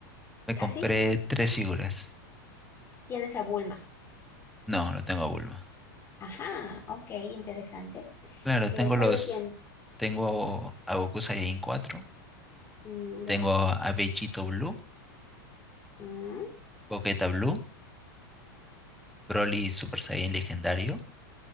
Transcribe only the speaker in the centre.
Me compré
tres figuras.
No, no tengo a Bulma.
Claro,
tengo
los.
Tengo a Goku Saiyajin cuatro
Tengo
a Vegito Blue,
Boqueta Blue, Broly Super Saiyan Legendario,